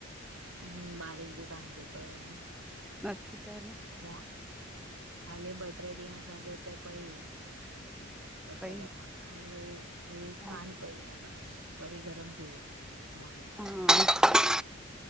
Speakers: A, on the right; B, in the centre.
A: हूं, बारिश भी कान ती पए वई न।
B: नथी पए न।
A: मुआ ख़ाली ॿ ट्रे ॾींहं असांजे हिते पई, ॿ ट्रे
B: पई
A: दफ़ा, हाणे वरी- वरी
B: हा
A: कान पई आ बारिश। वरी गरम थी वियो आहे मुवांगे।
B: हा।